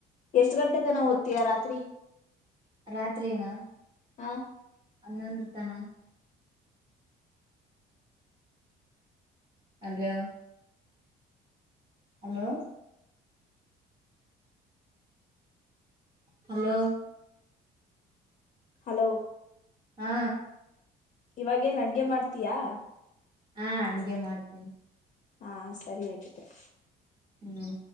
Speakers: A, on the left (about 45°); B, on the right (about 25°).
A: ಎಷ್ಟ ಗಂಟೆ ತನ ಓದ್ತೀಯಾ ರಾತ್ರಿ
B: ರಾತ್ರಿನ <unintelligible>
A: ಹಾ
B: ಹನ್ನೊಂದ್ರತನ ಅಲೋ ಹಲೋ ಹಲೋ
A: ಹಲೋ
B: ಹಾ
A: ಇವಾಗೇನ್ ಅಡ್ಗೆ ಮಾಡ್ತೀಯಾ.
B: ಹಾ ಅಡ್ಗೆ ಮಾಡ್ತೀನಿ.
A: ಹಾ ಸರಿ ಹಾಗಿದ್ರೆ
B: ಹ್ಮ್